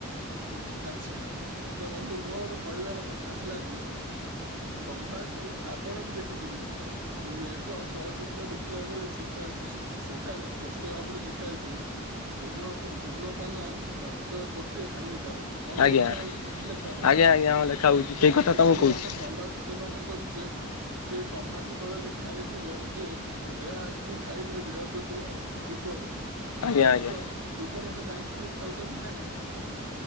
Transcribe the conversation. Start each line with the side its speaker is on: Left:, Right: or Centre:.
Right: ଆଚ୍ଛା ତ ବନ୍ଧୁ ମୋର କହିବାର କଥା ହେଲା ଯେ ତମ୍ଭାଖୁ ଆପଣ ବି ଦେଖିଥିବେ ସେ ଉଁ ଏକ ଚଳଚିତ୍ର ଦେଖିଲା ବେଳେ ସେ ସେଠାରେ ସ୍ପଷ୍ଟ ଭାବରେ ଲେଖା ହେଇଥିବ। ଧୂମ ଧୂମ୍ରପାନ ସ୍ୱାସ୍ଥ୍ୟ ପକ୍ଷେ ହାନିକାରକ। ବନ୍ଧୁ
Left: ଆଜ୍ଞା
Right: ଲେଖା ହଉଛ ଲେଖା ହୁଏନା
Left: ଆଜ୍ଞା ଆଜ୍ଞା ହଁ ଲେଖା ହଉଛି ସେଇ
Right: ତ
Left: କଥା
Right: ଯେତେବେଳେ
Left: ତମକୁ କହୁଛି
Right: ଆମେ ତମ୍ବାଖୁ ସେବନ କରୁଛେ ସେ ତମ୍ଭାଖୁ ତଳେ ଲେଖା ହେଇଥିବ ଯେ ଏହାକୁ ଖାଇଲେ ଦେହ ପ୍ରତି ବିପଦ।
Left: ଆଜ୍ଞା ଆଜ୍ଞା
Right: ତ ଲୋକମାନେ ଜାଣି ଶୁଣି ଖାଉଛନ୍ତି ନା ନାଇଁ।